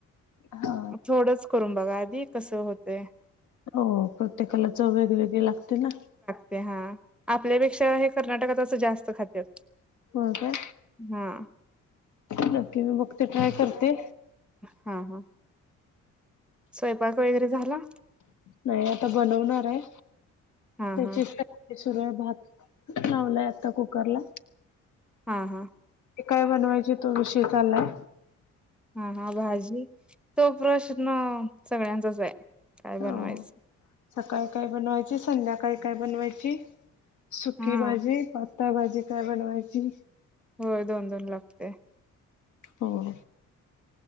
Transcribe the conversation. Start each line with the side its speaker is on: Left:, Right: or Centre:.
Left: हा
Centre: थोडचं करून बघा आधी कसं होतय.
Left: हो प्रत्येकाला चव वेगवेेगळी लागतो ना.
Centre: ते हा, आपल्यापेक्षा हे कर्नाटकातं असं जास्त खात्यात.
Left: होय काय?
Centre: हा
Left: <inaudible> नक्की मी बघते, ट्राय करते.
Centre: हा हा. स्वयंपाक वगैरे झाला?
Left: नाही आता बनवणार आहे,
Centre: हा
Left: त्याचीच
Centre: हा
Left: त सुरु आहे भात लावलाय आता कुकर ला.
Centre: हा हा.
Left: काय बनवायचे तो विषेतलाय.
Centre: हा हा भाजी, तो प्रश्न सगळ्यांचाच आहे काय बनवायचं.
Left: हो सकाळी काय बनवायची? संध्याकाळी काय बनवायची? सुकी
Centre: हा
Left: भाजी. त्या भाजी काय बनवायची?
Centre: होय दोन-दोन लागते.
Left: हो,